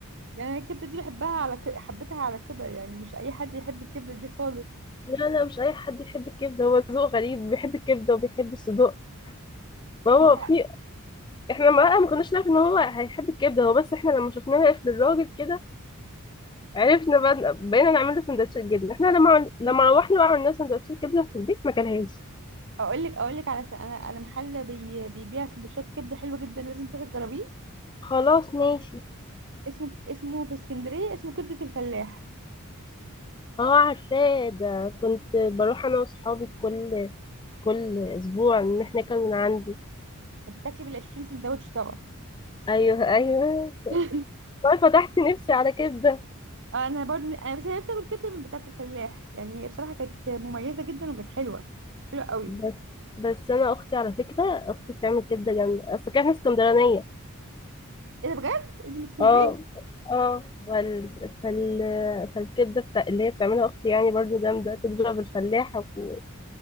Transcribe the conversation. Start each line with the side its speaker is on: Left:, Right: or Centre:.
Right: يعني أنا الكبده دي بحبها على ك... حبيتها على كبر يعني مش اي حد يحب الكبده دي خالص
Left: لا لا مش اي حد يحب الكبده هو ذوق غريب بيحب الكبده وبيحب الصدوق فهو
Right: انت
Left: في احنا ما ما كناش نعرف ان هو هيحب الكبده هو بس احنا لما شفناه واقف للراجل كده عرفنا بقى بقينا نعمل له سندوتشات جبنه احنا لما عمل... لما روحنا وعملنا سندوتشات كبده في البيت ما كلهاش
Right: اقول لك اقول لك على س... انا انا محل بي... بيبيع سندوتشات كبده حلوه جدا لازم تروحي تجربيه
Left: خلاص ماشي
Right: اسمه اسمه في اسكندريه اسمه كبده الفلاح
Left: اه عارفاه ده كنت بروح انا واصحابي كل كل اسبوع نحن من عندي
Right: بتاكلي بال 20 سندوتش طبعا
Left: ايوه ايوه
Right: <laughs>
Left: والله فتحت نفسي على كبده
Right: انا برضو انا بس أنا نفسي اكل كبده من بتاعه الفلاح يعني هي بصراحه كانت مميزه جدا وكانت حلوه حلوه قوي
Left: بس بس انا اختي على فكره اختي بتعمل كبده جامده اصل احنا اسكندرانيه
Right: ايه ده بجد انت من اسكندريه
Left: اه اه فال... فال... فالكبده بتاع... اللي هي بتعملها اختي يعني برضو جامده تضرب الفلاحه و-